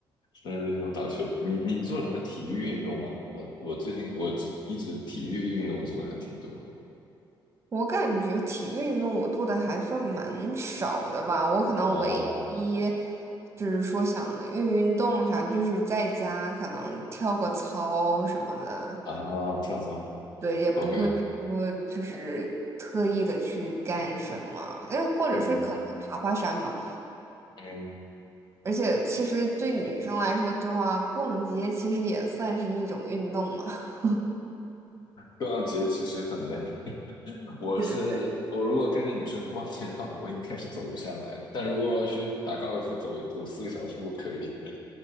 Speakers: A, on the left; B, on the right.
A: 那那种打球，你你做什么体育运动吗？我我最近我一直体育运动做的还挺多的。
B: 我感觉体育运动我做的还算蛮少的吧，我可能唯一
A: 哦
B: 就是说想运运动啥，就是在家可能跳个操什么的，
A: 啊，跳操
B: 对，也不会说就是特意的去干什么，
A: ，OK，
B: 因为或者是可能爬爬山嘛。
A: 嗯嗯，
B: 而且其实对女生来说的话，逛街其实也算是一种运动嘛。<laughs>
A: 逛街其实很累。我是我如果跟着女生去逛街的话，
B: 对对对，
A: 我应该是走不下来的。但如果我要去打高尔夫走，走四个小时，我可以的